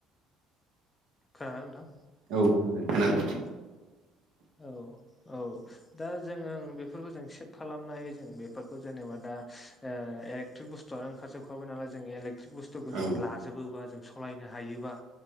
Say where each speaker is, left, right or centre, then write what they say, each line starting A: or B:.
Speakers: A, on the left; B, on the right.
A: खोनादों ना नोंथां?
B: औ खोनादों खोनादों।
A: औ औ औ दा जोङो बेफोरखौ जों सेभ खालामनो हायो जों। बेफोरखौ जेनेबा दा ओ एलेकट्रिक बुस्थुआनो ओंखार जोबखाबाय नालाय जों एलेकट्रिक बुस्थुखौ
B: औ
A: जों लाजोबो जों स सलायनो हायोबा